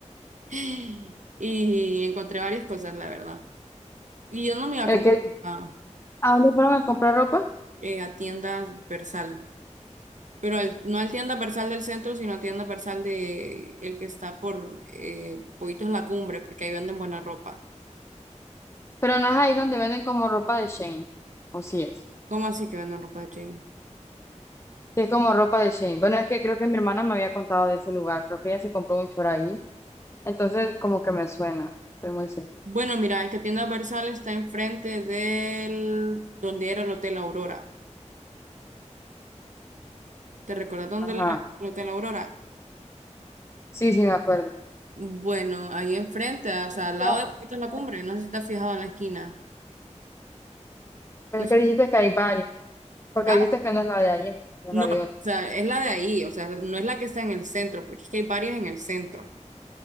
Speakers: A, on the right (about 80°); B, on the left (about 20°).
A: <laughs> Y encontré varias cosas, la verdad. Y yo no me iba a
B: ¿El
A: comprar
B: que...
A: a,
B: ¿A dónde fueron a comprar ropa?
A: eh, a tiendas Versal, pero al- no al tienda Versal del centro, sino a tienda Versal de el que está por eh, Poitos La Cumbre, porque ahí venden buena ropa.
B: Pero no es ahí donde venden como ropa de Shane, o sí es.
A: ¿Cómo así que venden ropa de chain?
B: Sí es como ropa de Shane. Bueno, es que creo que mi hermana me había contado de ese lugar, creo que ella se compró un choro ahí, entonces como que me suena, estoy muy segura.
A: Bueno, mira, es que tienda Versal está enfrente del donde era el Hotel Aurora. ¿Te recuerdas dónde
B: Ajá,
A: era el Hotel Aurora?
B: sí, sí, me acuerdo.
A: Bueno, ahí enfrente, o
B: Pero
A: sea,
B: es
A: al lado
B: que hay
A: de Puerto La
B: varias.
A: Cumbre, no sé si te has fijado en la esquina.
B: Pero
A: No
B: es que
A: sé-
B: dijiste que hay varios, porque
A: ah,
B: dijiste que no es la de ayer, que
A: no,
B: es la
A: o
B: de otra.
A: sea, es la de ahí, o sea, no es la que está en el centro, porque es que hay varias en el centro,